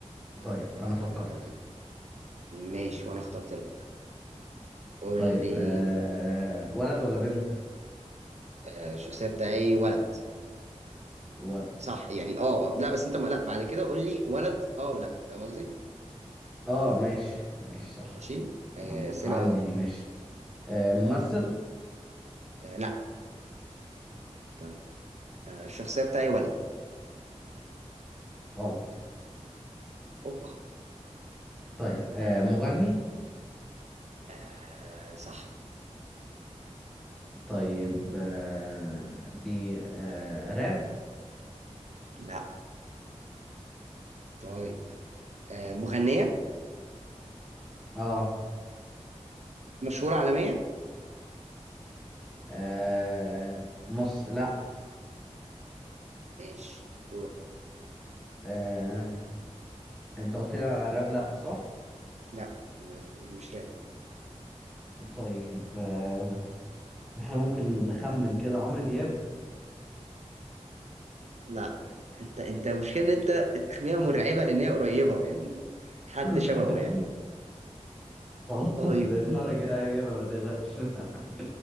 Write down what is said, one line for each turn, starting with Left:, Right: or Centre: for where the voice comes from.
Centre: طيب انا
Right: آه،
Centre: فكرت
Right: ماشي وانا اخترت لك قول
Centre: طيب
Right: لي
Centre: آه آه، ولد ولا بنت
Right: آه، الشخصية بتاعي ولد
Centre: ولد
Right: صح يعني اه لا بس انت لا بعد كده قول لي ولد اه ولا فاهم قصدي
Centre: اه ماشي ماشي صح
Right: ماشي آه، اسئله
Centre: عندي
Right: اه ولا
Centre: دي ماشي آه،
Right: مم.
Centre: ممثل
Right: آه، لا طيب آه، الشخصيه بتاعي ولد
Centre: غلط
Right: اوبا
Centre: طيب آه، مغني
Right: آه، صح
Centre: طيب آه، بي آه، راب
Right: لا طيب آه، مغنيه
Centre: اه
Right: مشهوره عالميا
Centre: آه، مص لا
Right: ماشي دور
Centre: آه، انت قلت لي على راب لا صح
Right: لا م- مش راب
Centre: طيب آه، احنا ممكن نخمن كده عمرو دياب
Right: لا انت انت المشكله ان انت تخميها مرعبه لان هي قريبه يعني حد
Centre: <laughs>
Right: شبهه يعني
Centre: خلاص
Right: طيب
Centre: بالمرة الجاية هجيبها ما تقلقش <laughs>